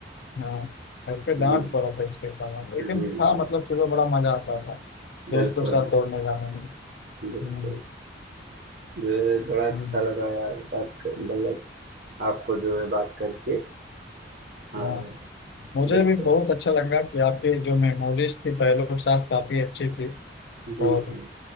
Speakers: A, on the left (about 70°); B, on the right (about 55°).
A: हाँ घर पे
B: जी
A: डांट पड़ा था इसके कारण
B: जी
A: लेकिन था मतलब सुबह बड़ा मजा आता था दोस्तों
B: बिल्कुल
A: के साथ दौड़ने जाने में
B: बिल्कुल
A: हम्म,
B: ये बड़ा अच्छा
A: हम्म,
B: लगा यार बात कर मतलब आपको जो है बात करके हाँ
A: हाँ मुझे
B: बिल्कुल
A: भी बहुत अच्छा लगा कि आपकी जो मेमोरीज थी पहलों के साथ काफी अच्छी थी
B: जी
A: और
B: जी